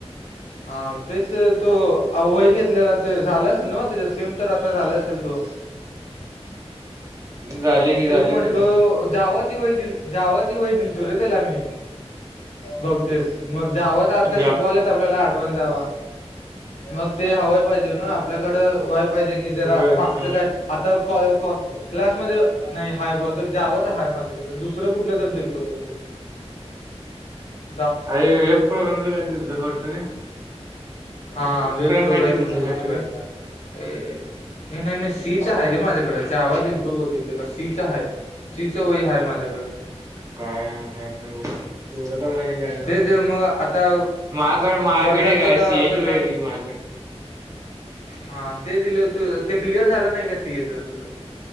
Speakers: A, on the left; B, on the right.
A: हा तेच ते तो वही घेतलेला ते झाल असेल नव्ह त्या सेम तर आता झालं असेल तो
B: झाले की
A: तेच
B: झाले
A: म्हंटल
B: त्याचं
A: जावाची वही दिल - जावाची वय दिलतो रे त्याला मी बहुतेक मग जावाचा आता शिक
B: जा-
A: शिकवाल्यात आपल्याला अडवान्स जावा मग ते हवाय पाहिजे ना आपल्याकड व्हाय पाहिजे की जरा
B: होय
A: मागचं
B: का
A: काय आता क क्लासमध्ये नाही हाय भवतेक जावंच हाय माझ्याकडे दुसरं कुठलं तर दिलतो भवतेक <inaudible>
B: अरे वेब प्रोग्राम च काय दिलतास वाडत रे
A: हा वेब प्रोग्राम
B: काय ते दिलतंस
A: दिलतो
B: वाटतं
A: काय
B: रे
A: तर हे हे नाही नाही सी. च आहे रे माझ्याकडे जावा दिल तो बहुतेक त्याला सी च आहे. तिचं वही आहे माझ्याकडं.
B: काय माहित नाही बघ एवढं का माझ्या ध्यानात
A: तेच
B: नाही.
A: मग आता
B: मायाकड मायाकड
A: वर्गात
B: एक हाय
A: कता
B: सी ए
A: कसं
B: ची वही हाय तुझी मायाकड
A: हा ते दिलं होत ते क्लिअर झालं नाही का सी ए च तुझं